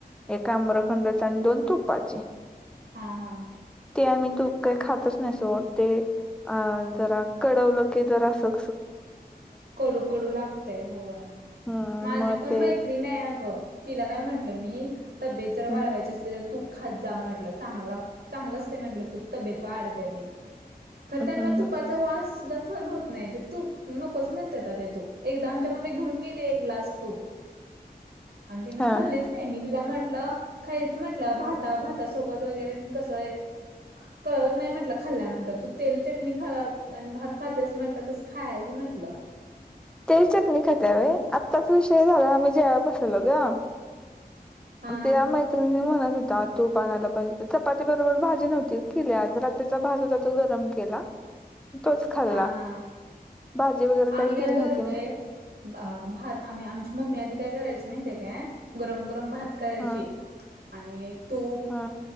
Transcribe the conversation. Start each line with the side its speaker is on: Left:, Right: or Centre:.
Centre: एक आम्रखंडचा अन दोन तु्पाचे.
Right: हां-हां.
Centre: ते आम्ही तूप काही खातच नाही सोड ते. अ जरा कढवलं की जरा सुक-सुक
Right: कडू-कडू लागते होय
Centre: हम्म
Right: माझी
Centre: मग
Right: पण
Centre: ते
Right: मैत्री ती नाय अग तिला काय म्हटलं मी तब्येत जर
Centre: हम्म
Right: वाढवायची असली तर तूप खात जा म्हटलं चांगल लाग चांगलं असत म्हटलं तूप तब्येत वाढतेती. खरं त्यांना
Centre: हम्म
Right: तुपाचा वास सुद्धा सहन होत नाही ते तूप न नकोच म्हणत्याता त्या तूप, एकदा आमच्याकडन त्या घेऊन गेले एक ग्लास तूप. आणि तिन
Centre: हा
Right: खाल्लेच नाही मी तिला म्हटलं खायच म्हटलं भाता-भातासोबत वगैरे कसं हे कळत नाही म्हटलं खाल्ल्यानंतर तू तेल चटणी खा अन भात खातेस म्हटलं तस खायच म्हंट ला
Centre: तेल चटणी खात्या व्हय आत्ताच विषय झाला आम्ही जेवाया बसवलो ग.
Right: हा
Centre: त्या मैत्रिणी म्हणत होता तूप आणायला पाहिजे चपाती बरोबर भाजी नव्हतीव केली आज रात तीचा भात होता तो गरम केला. तोच खाल्ला.
Right: हा हा
Centre: भाजी वगैरे
Right: आम्ही काय
Centre: केली
Right: करतोय.
Centre: नव्हती मग
Right: ब आ भात आम्ही आमची मम्मी आधी काय करायची माहिेतीये काय गरम-गरम भात करायची
Centre: हा
Right: आणि तूप
Centre: हा